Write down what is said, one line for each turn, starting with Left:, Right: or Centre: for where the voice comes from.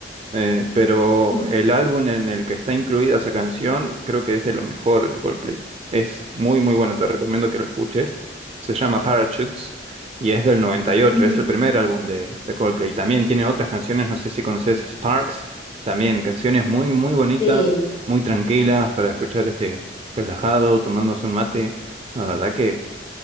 Right: Eh, pero
Left: Mm,
Right: el álbum en el que está incluida esa canción creo que es de lo mejor de Coldplay. Es muy, muy bueno, te recomiendo que lo escuches. Se llama Parachutes y es del noventa y ocho
Left: ujú,
Right: es el primer álbum de, de Coldplay. También tiene otras canciones, no sé si conoces Sparks, también canciones muy, muy bonitas,
Left: Sí.
Right: muy tranquilas para escuchar este relajado, tomándose un mate. La verdad que